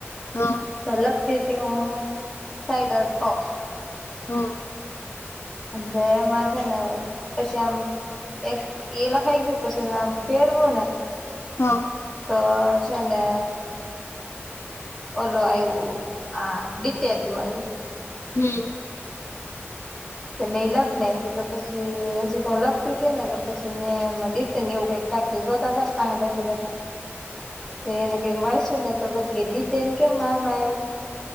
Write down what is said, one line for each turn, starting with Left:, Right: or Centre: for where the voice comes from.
Left: હા
Centre: અલગતી તેઓ સાઈડર પંપ.
Left: હો.
Centre: અ એમાં છે, ને પછી આમ. એક એ લખાઈ ગયું, પછી આમ ફેરવોને.
Left: હા,
Centre: તો છે, ને ઓલો આવું હા ડિટેલ નું આવું.
Left: હમ.
Centre: મેં એ લખી નાખ્યું, તો પછી હજી તો હું લખતી હતી, નેતો પછી મે ડિટન એવું કંઈક, કાકી જોતા ને પાસે બેઠા બેઠા,
Left: <inaudible>
Centre: તો એને કંઈક વાયસું નેતો કે દીટેન કેમ આમા આવ્યું,